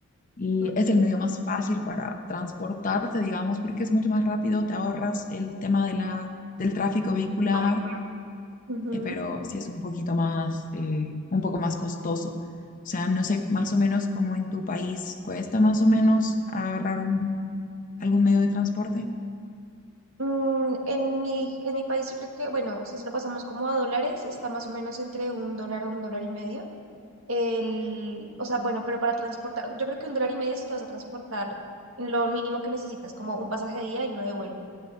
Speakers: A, on the left; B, on the right.
A: y
B: ok.
A: es el medio más fácil para transportarte, digamos, porque es mucho más rápido, te ahorras el tema de la, del tráfico vehicular,
B: Ridículo. Ujú.
A: eh, pero sí es un poquito más, eh, un poco más costoso. O sea, no sé más o menos cómo en tu país cuesta más o menos agarrar un, algún medio de transporte.
B: Mm, en mi, en mi país yo creo que, bueno, o sea, si lo pasamos como a dólares, está más o menos entre un dólar o un dólar y medio. El, o sea, bueno, pero para transportar, yo creo que un dólar y medio si te vas a transportar en lo mínimo que necesitas, como un pasaje de ida y uno de vuelta.